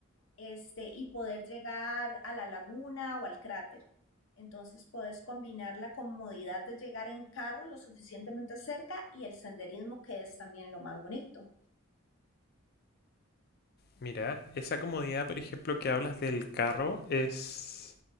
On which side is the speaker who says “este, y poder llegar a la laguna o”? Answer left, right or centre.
Left